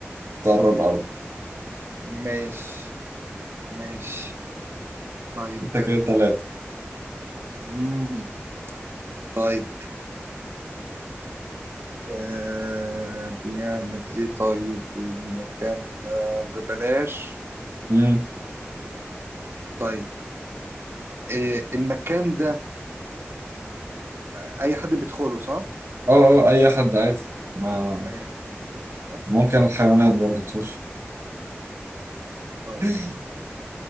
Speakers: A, on the right; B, on the right.
A: تقرب اوي
B: ماشي ماشي طيب
A: انت كده تلاتة
B: امم طيب آه بيعمل ايه طيب المكان ده ببلاش
A: امم
B: طيب آه المكان ده اي حد بيدخله صح
A: اه اه اي حد عادي ما
B: اي حد بيدخله صح
A: ممكن الحيوانات برضه تخش
B: طيب
A: <laughs>